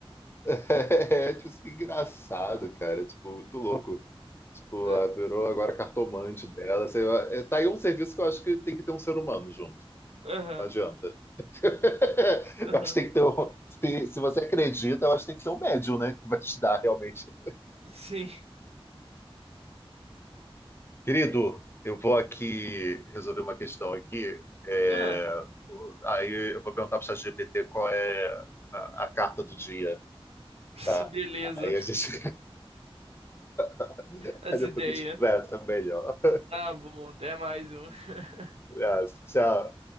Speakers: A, on the left (about 25°); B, on the right (about 80°).
A: É, tipo, que engraçado, cara. Tipo, muito louco. Tipo,
B: É,
A: ah, virou agora cartomante dela. Sei lá. É, Tá aí um serviço que eu acho que tem que ter um ser humano junto.
B: Aham,
A: Não adianta. <laughs>
B: aham,
A: Eu acho que tem que ter um... se, se você acredita, eu acho que tem que ser um médium, né? Que vai te dar realmente.
B: sim.
A: Querido, eu vou aqui resolver uma questão aqui. É,
B: Ah,
A: o- Aí eu vou perguntar para o ChatGPT qual é a, a carta do dia,
B: <laughs>
A: tá?
B: beleza,
A: Aí a gente <laughs>
B: as
A: aí depois
B: ideias.
A: a gente conversa melhor.
B: Tá bom, até mais um. <laughs>
A: Abraço, Tchau.